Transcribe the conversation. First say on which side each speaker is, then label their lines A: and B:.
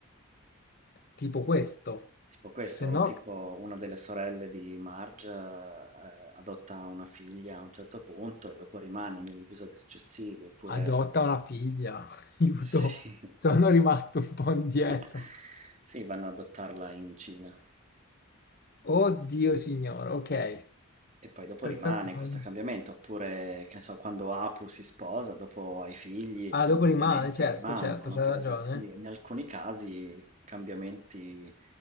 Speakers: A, on the left; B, on the right.
A: tipo questo.
B: Tipo questo,
A: Se
B: o
A: no,
B: tipo una delle sorelle di Marge, ehm, adotta una figlia a un certo punto e dopo rimane negli episodi successivi, oppure
A: adotta una figlia. <laughs> Aiuto,
B: sì,
A: sono rimasto un po' indietro.
B: <laughs> sì, vanno ad adottarla in Cina.
A: Oddio, signore, ok,
B: E poi dopo
A: perfetto.
B: rimane
A: sono
B: questo
A: rimasto-
B: cambiamento, oppure, che ne so, quando Apu si sposa, dopo ha i figli,
A: Ah,
B: questi
A: dopo
B: cambiamenti
A: rimane, certo,
B: rimangono,
A: certo, c'ha
B: per
A: ragione.
B: esempio. Quindi in alcuni casi cambiamenti